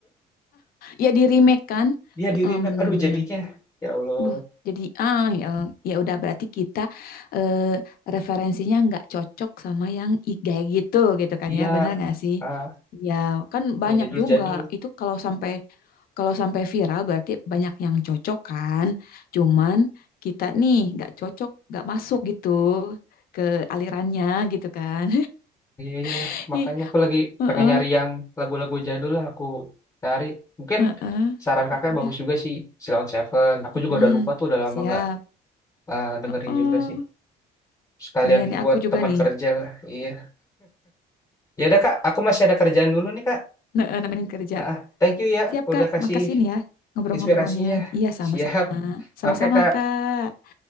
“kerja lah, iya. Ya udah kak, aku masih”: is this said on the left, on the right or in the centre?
Left